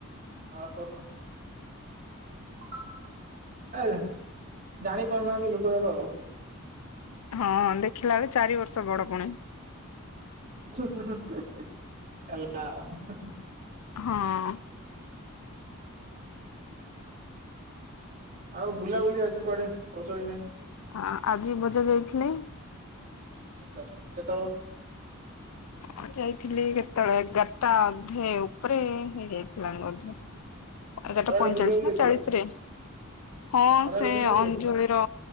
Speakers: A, on the right (about 40°); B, on the left (about 80°).
A: <inaudible> ଜାଣି ପାରୁନାହାନ୍ତି ଲୋକଗୁଡାକ ଆଉ।
B: ହଁ ଦେଖିଲା ବେଳେ ଚାରି ବର୍ଷ ବଡ ପୁଣି
A: <inaudible>
B: ହଁ।
A: ଆଉ ବୁଲାବୁଲି ଆଜି କୁଆଡେ ଆଜି କରିଛ କି ନାଇଁ?
B: ହଁ ଆଜି ବୋଧେ ଯାଇଥିଲେ।
A: ଆଚ୍ଛା କେତେବେଳେ
B: ହ ଯାଇଥିଲି କେତେବେଳେ ଏଗାରଟା ଅଧେ ଉପରେ ହେଇଯାଇଥିଲା ବୋଧେ।
A: <unintelligible>
B: ଏଗାରଟା ପଇଁଚାଳିଶ
A: ବୁଲିବାକୁ
B: ନା
A: ଯାଇଥିଲ
B: ଚାଳିଶ ରେ। ହଁ
A: ଖରାରେ
B: ସେ
A: ବୁଲିବାକୁ
B: ଅଞ୍ଜଳିର
A: ଯାଇ